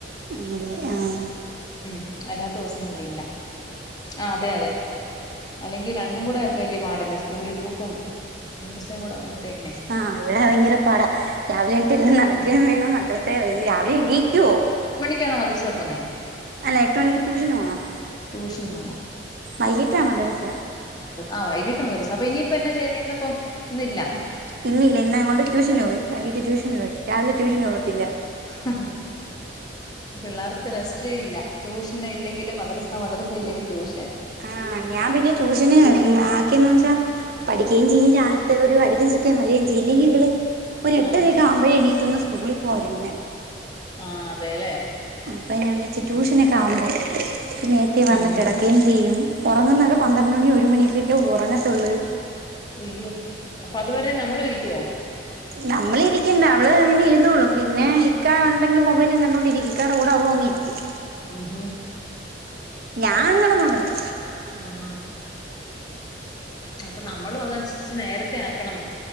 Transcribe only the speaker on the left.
ഉം അല്ലാത്ത ദിവസങ്ങളിലില്ല ആ അതെ അതെ അല്ലെങ്കിൽ രണ്ടും കൂടെ വലിയ പാടല്ലേ സ്കൂളിൽ പോക്കും മദ്രസ്യം കൂട ആകുമ്പഴത്തേക്കിനെ
ഉം.
ക്കണോ മതിരിസ പോന്ന്
ട്യൂഷന് പോണം
ആ വൈകിട്ട് മദ്രസ അപ്പൊ ഇനിയിപ്പ എന്നാ ചെയ്യുന്നേ. ഇന്ന് ഇപ്പം ഇന്നില്ല.
ഹും പിള്ളാർക്കും റസ്റ്റ്. ല്ല ട്യൂഷൻ ഇല്ലെങ്കിൽ മദ്രസ. മദ്രസ ഇല്ലെങ്കിൽ ട്യൂഷൻ.
ഉം.
ആ
ആ അതെല്ലേ
ഉം
ഉം ഉം
ഉം.
ആ,
അയ്യോ അപ്പൊ അതുവരെ നമ്മള് ഇരിക്കുവോ.
ഉം ഹും
ആ ഹ ഹ അപ്പൊ നമ്മളും അതനുസരിച്ച് നേരത്തെ ആക്കണം.